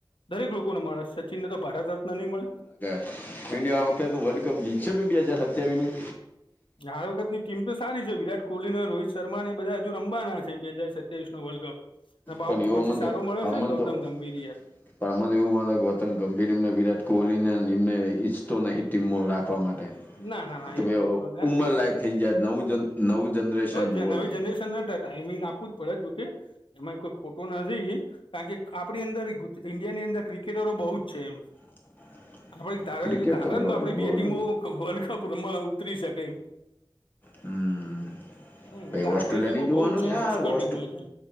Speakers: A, on the left (about 85°); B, on the left (about 20°).
A: દરેક લોકોને મળે સચિન ને તો ભારત રત્ન નહી મળે.
B: ઇડ વખ વર્લ્ડ કપ જીતશેી બે હજાર સત્યાવીું.
A: હર વખત ની ટીમ તો સારી છે, વિરાટ કોહલી ને રોહિત શર્મા બધા હજ રવાના છે બે હજ સત્યાવીસ નો વર્લ્ડ કપ. અને પાવ
B: પણઓ
A: કોચ
B: અમન તો
A: સારો મળ્યો
B: અમન
A: છે ને ગૌતમ
B: તો.
A: ગંભીર યાર
B: પણ અમ તો એવુંંધ કેતંગ ગંભીર એમને વિરાટ કોહલીને એમને ઈચ્છતો નહીં ટીમો રાખવા માટે.
A: ના ના ના
B: કે
A: એ
B: ભાઈ
A: તો
B: હવે
A: એવધું જ વાત
B: ઉંમર
A: હા હ
B: લાયક થઈ જાય નવું જન નવું જનરેશન જુઓ
A: જ જ હવે
B: કે
A: જનરેન. ટાઈમિંગ આપવું જ પડે જોકે. એમાં કોઈ ખોટો નથી કારણ કે આપણી અંદર ઈન્ડિયા ની અંદર ક્રિકેટરો બહુ જ છે, એમ.
B: <inaudible>
A: આપ તણ
B: ક્રિકેટ
A: તારણ
B: ગોડ
A: તો આપ
B: ગોડ
A: બે ટીમો વર્લ્ડ કપ ર ઉતરી શકેાય.
B: હમ...
A: હમ એટલે
B: ઓસ્ટ્રેલિયા
A: આપણી ટીમો
B: નની જોવાનું
A: બહુ જ છે
B: યાર
A: એમ પુષ્કળ
B: ઓ
A: ટીમો છે એમ